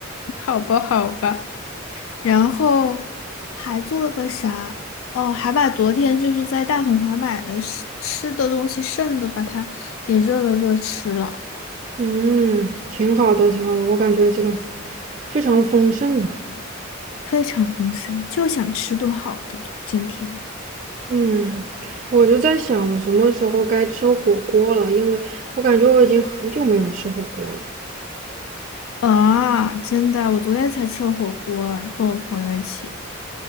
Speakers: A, on the left; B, on the right.
A: 好吧，好吧。然后还做了个啥？哦，还把昨天就是在大统华买的吃吃的东西剩的，把它也热了热吃了，
B: 嗯，挺好的，挺好的，我感觉这个非常丰盛啊。
A: 非常丰盛，就想吃顿好的今天。
B: 嗯，我就在想，我什么时候该吃火锅了？因为我感觉我已经很久没有吃火锅了。
A: 啊，真的，我昨天才吃了火锅儿跟我朋友一起。